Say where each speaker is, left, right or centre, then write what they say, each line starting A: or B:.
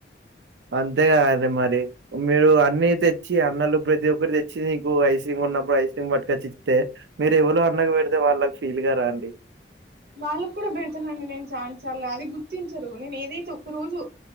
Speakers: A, on the right (about 80°); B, on the right (about 55°).
A: అంతేగా అ మరి మీరు అన్ని తెచ్చి అన్నలు ప్రతి ఒక్కరు తెచ్చి నీకు ఐస్ క్రీమ్ కొన్నప్పుడు ఐస్ క్రీమ్ పట్కొచ్చ తే మీరు ఎవలో అన్నకు పెడితే వాళ్ళకి ఫీల్గరా ఆండీ
B: వాళ్లకీ కూడా పెడుతునండి నేను చానాసార్లు అది గుర్తించారు నేను ఏదైతే ఒక రోజు